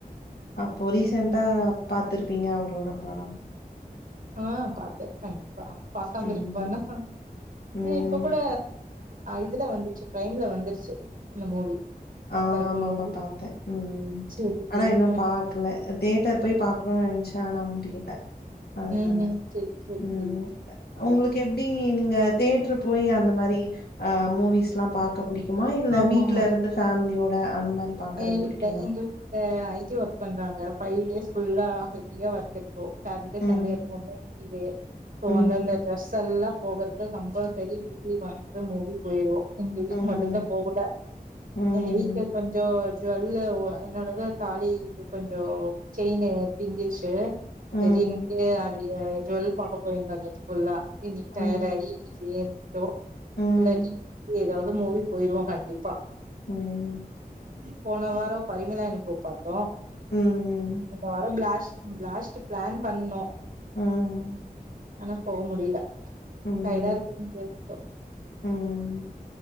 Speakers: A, on the left; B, on the right.
A: அப்போ ரீசென்டா
B: ம்
A: பாத்திருப்பீங்க அவரோட படம்
B: ஆ பாத்தேன் கண்டிப்பா பாக்காம
A: ம்.
B: இருக்குப்பானா
A: ம்.
B: இப்போ கூட இதுல வந்துருச்சு பிரைம்ல வந்துருச்சு அந்த மூவி
A: ஆ
B: கருப்பு
A: ஆமா
B: மூவி
A: ஆமா பாத்தேன் ம்
B: சரி சரிங்க
A: ஆனா இன்னும் பா க்கால தேட்டர் போய் பாக்கணும்னு நினைச்சா ஆனா முடியல அதனால
B: ம் ம் சரி சரி
A: ம்
B: சரி ஓகே
A: உங்களுக்கு எப்டி நீங்க தேட்டரு போய் அந்த மாரி ஆ மூவிஸ் எல்லா பாக்க பிடிக் குமா இல்ல
B: ஆமாமா
A: வீட்டுல இருந்து ஃபேமிலியோட அந்த மாரி பாக்கறது
B: இல்ல
A: பிடிக்குமா?
B: எங்க வீட்டல ஐ டி ஒர்க் பண்றாங்க ஃபைவ் டேஸ் ஃபுல்லா ஹெவியா ஒர்க் இரு ப்ரே சாட்டடே
A: ம்.
B: சண்டே எப்பவுமே இது இப்போ
A: ம்.
B: வந்தந்த ட்ரெஸ் எல்லா போகறது கம்பல்சரி வீக்லி ஒன்ஸ் மூவி போயிருவோ இந்த வீக்
A: ம்.
B: மட்டும்தா போகல
A: ம்.
B: இந்த வீக் கொஞ் ஜோல்லு என்னோடத தாலி இது கொஞ்சோ செயின் பிஞ்சிஷி
A: ம்.
B: சரி இன்டு அது ஜோல் பாக்க போயிருந்தோ நேத்து ஃபுல்லா இன்னைக்கு
A: ம்.
B: டயர்ட் ஆயி வீட்லயே இருந்துட்டோ
A: ம்.
B: இல்லாடி ஏதாவது மூவி போயிருவோ கண்டிப்பா
A: ம்.
B: போன வாரோ பரிமிலான் கோ பாத்தோ
A: ம் ம்
B: இந்த வாரோ பிளாஸ் பிளாஸ்ட்டு பிளான் பண்ணோ
A: ம்.
B: ஆனா போக முடியல
A: ம்.
B: டைடா இருக்குனு அப்டியே விட்டோ
A: ம்.